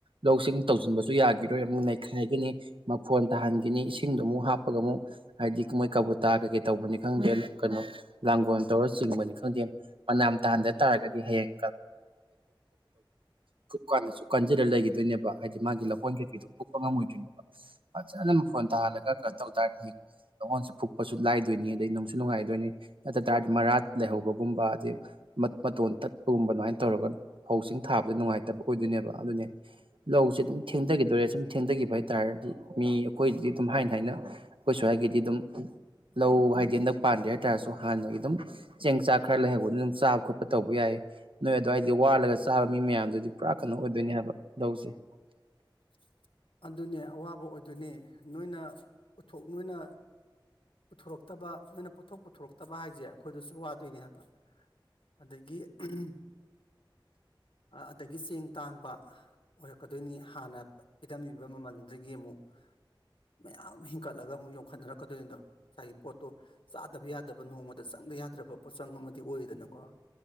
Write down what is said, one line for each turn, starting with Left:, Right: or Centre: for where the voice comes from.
Right: ꯂꯧꯁꯤꯡ ꯇꯧꯖꯤꯟꯕꯖꯨ ꯌꯥꯒꯤꯔꯣꯏ ꯑꯃꯨꯛ ꯅꯩ ꯒꯅꯤ ꯃꯐꯣꯟ ꯇꯍꯟ ꯒꯤꯅꯤ ꯏꯁꯤꯡꯗꯣ ꯑꯃꯨꯛ ꯍꯥꯞꯄꯒ ꯑꯃꯨꯛ ꯍꯥꯏꯗꯤ ꯃꯣꯏ ꯀꯕꯣꯇ ꯀꯩꯀꯩ ꯇꯧꯕꯅꯤ ꯈꯪꯗꯦ ꯀꯩꯅꯣ ꯂꯥꯡꯒꯣꯜ ꯇꯧꯔ ꯆꯤꯡꯕꯅꯤ ꯈꯪꯗꯦ ꯃꯅꯥꯝ ꯇꯥꯍꯟꯗ ꯇꯥꯔꯒꯗꯤ ꯍꯌꯦꯡ <unintelligible> ꯀꯟꯖꯜꯂ ꯂꯩꯒꯤꯗꯣꯏꯅꯦꯕ ꯍꯥꯏꯗꯤ ꯃꯒꯤ ꯂꯧꯍꯣꯟ ꯀꯩꯀꯩꯗꯣ ꯐꯨꯛꯄ ꯉꯝꯃꯣꯏꯗꯣꯏꯅꯦꯕ ꯐꯖꯅ ꯃꯐꯣꯟ ꯇꯥꯍꯜꯂꯒ ꯀꯩꯅꯣ ꯇꯧ ꯇꯔꯗꯤ ꯂꯧꯍꯣꯟꯁꯦ ꯐꯨꯛꯄꯁꯨ ꯂꯥꯏꯗꯣꯏꯅꯤ ꯑꯗꯩ ꯅꯨꯡꯁꯨ ꯅꯨꯡꯉꯥꯏꯗꯣꯏꯅꯤ ꯅꯠꯇ ꯇꯔꯗꯤ ꯃꯔꯥ ꯂꯩꯍꯧꯕꯒꯨꯝꯕ ꯑꯗꯩ ꯃꯠ ꯃꯇꯣꯟ ꯇꯠꯄꯒꯨꯝꯕ ꯑꯗꯨꯃꯥꯏꯅ ꯇꯧꯔꯒ ꯐꯧꯆꯤꯡ ꯊꯥꯕꯗ ꯅꯨꯡꯉꯥꯏꯇꯕ ꯑꯣꯏꯗꯣꯏꯅꯦꯕ ꯑꯗꯨꯅꯦ ꯂꯧꯁꯦ ꯑꯗꯨꯝ ꯊꯦꯡꯗꯒꯤꯗꯣꯔꯦ ꯁꯨꯝ ꯊꯦꯡꯗꯒꯤꯕꯏ ꯇꯥꯏꯌꯔꯗꯨ ꯃꯤ ꯑꯩꯈꯣꯏꯒꯤꯗꯤ ꯑꯗꯨꯝ ꯍꯥꯏꯅ ꯍꯥꯏꯅ ꯑꯩꯈꯣꯏ ꯁ꯭ꯋꯥꯏꯒꯤꯗꯤ ꯑꯗꯨꯝ ꯂꯧ ꯍꯥꯏꯗꯤ ꯍꯟꯗꯛ ꯄꯥꯟꯗꯦ ꯍꯥꯏꯇꯥꯔꯁꯨ ꯍꯥꯟꯅꯗꯒꯤ ꯑꯗꯨꯝ ꯆꯦꯡ ꯆꯥꯛ ꯈꯔ ꯂꯩꯍꯧꯕꯅ ꯑꯗꯨꯝ ꯆꯥꯕ ꯈꯣꯠꯄ ꯇꯧꯕ ꯌꯥꯏ ꯅꯣꯏ ꯑꯗꯨꯋꯥꯏꯗꯤ ꯋꯥꯜꯂꯒ ꯆꯥꯕ ꯃꯤ ꯃꯌꯥꯝꯗꯨꯗꯤ ꯄꯨꯔꯥ ꯀꯩꯅꯣ ꯑꯣꯏꯗꯣꯏꯅꯤ ꯍꯥꯏꯕ ꯂꯧꯁꯦ
Left: <inaudible> ꯑꯗꯨꯅꯦ ꯑꯋꯥꯕ ꯑꯣꯏꯗꯣꯏꯅꯦ ꯅꯣꯏꯅ ꯎꯠꯊꯣꯛ ꯅꯣꯏꯅ ꯄꯨꯊꯣꯔꯛꯇꯕ ꯅꯣꯏꯅ ꯄꯣꯠꯊꯣꯛ ꯄꯨꯊꯣꯔꯛꯇꯕ ꯍꯥꯏꯁꯦ ꯑꯩꯈꯣꯏꯗꯁꯨ ꯋꯥꯗꯣꯏꯅꯦ ꯍꯥꯏꯕ ꯑꯗꯒꯤ ꯎꯝ ꯑꯗꯒꯤ ꯆꯦꯡ ꯇꯥꯡꯕ ꯑꯣꯏꯔꯛꯀꯗꯣꯏꯅꯤ ꯍꯥꯟꯅ ꯄꯤꯔꯝꯃꯤꯕ ꯃꯃꯜꯗꯨꯗꯒꯤ ꯑꯃꯨꯛ ꯃꯌꯥꯝ ꯍꯦꯟꯀꯠꯂꯒ ꯑꯃꯨꯛ ꯌꯣꯟꯈꯠꯅꯔꯛꯀꯗꯣꯏꯅꯤꯗꯣ ꯉꯁꯥꯏꯒꯤ ꯄꯣꯠꯇꯣ ꯆꯥꯗꯕ ꯌꯥꯗꯕ ꯅꯣꯡꯃꯗ ꯆꯪꯗ ꯌꯥꯗ꯭ꯔꯕ ꯄꯣꯠꯆꯪ ꯑꯃꯗꯤ ꯑꯣꯏꯔꯤꯗꯅꯀꯣ